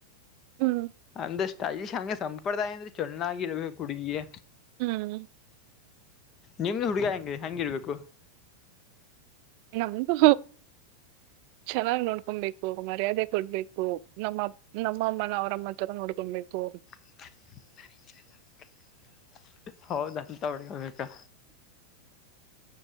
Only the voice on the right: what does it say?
ಹ್ಮ್
ಹ್ಮ್
ನಮ್ಮೂದು ಚೆನ್ನಾಗ್ ನೋಡ್ಕೊಬೇಕು ಮರ್ಯಾದೆ ಕೊಡ್ಬೇಕು ನಮ್ಮ ನಮ್ಮ ಅಮ್ಮನ ಅವರಮ್ಮತ್ರರ ನೋಡ್ಕೊಬೇಕು